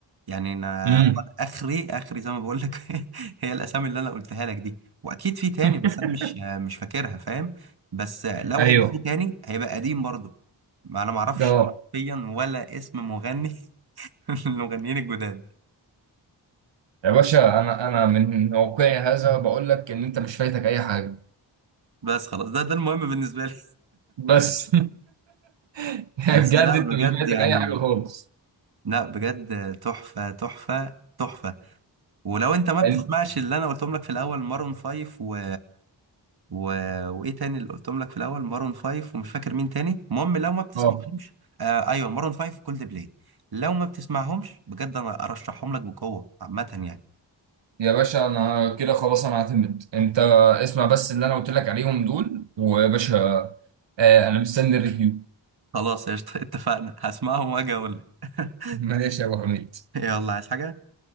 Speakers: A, on the right; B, on the right.
A: يعني انا
B: امم
A: هو أنا اخري اخري زي ما بقول لك <laughs> هي الاسامي اللي انا قلتها لك دي واكيد في تاني
B: <laughs>
A: بس انا مش مش فاكرها فاهم بس لو
B: ايوه
A: هيبقى في تاني هيبقى قديم برضه ما انا ما اعرفش
B: اه
A: فيا ولا اسم مغني <laughs> من المغنيين الجداد
B: يا باشا انا انا من واقعي هذا بقول لك ان انت مش فايتك اي حاجه
A: بس خلاص ده ده المهم بالنسبه لي
B: بس <laughs>
A: <laughs>
B: بجد
A: بس لا
B: انت
A: بجد
B: مش فايتك
A: يعني
B: اي حاجه خالص
A: لا بجد تحفه تحفه تحفه ولو انت ما بتسمعش
B: يعني-
A: اللي انا قلتهم لك في الاول مارون فايف و و... وايه تاني اللي قلتهم لك في الاول مارون فايف ومش فاكر مين تاني المهم لو ما بتسمعهمش
B: اه
A: آه ايوه مارون فايف وكولد بلاي لو ما بتسمعهمش بجد انا ارشحهم لك بقوه عامه يعني
B: يا باشا انا كده خلاص انا اعتمد انت اسمع بس اللي انا قلت لك عليهم دول ويا باشا آه انا مستني الريفيو
A: خلاص قشطة <laughs> اتفقنا هسمعهم واجي اقول لك <laughs>
B: ماشي يا ابو حميد
A: يلا عايز حاجه